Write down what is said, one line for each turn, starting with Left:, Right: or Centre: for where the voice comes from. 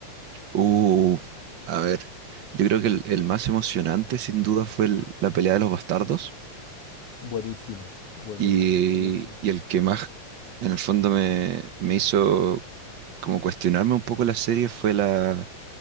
Right: Uh, a ver, yo creo que el, el más emocionante sin duda fue el- la pelea de los bastardos
Left: Buenísimo, buenísimo,
Right: y,
Left: buenísimo.
Right: y el que más en el fondo me, me hizo como cuestionarme un poco la serie fue la,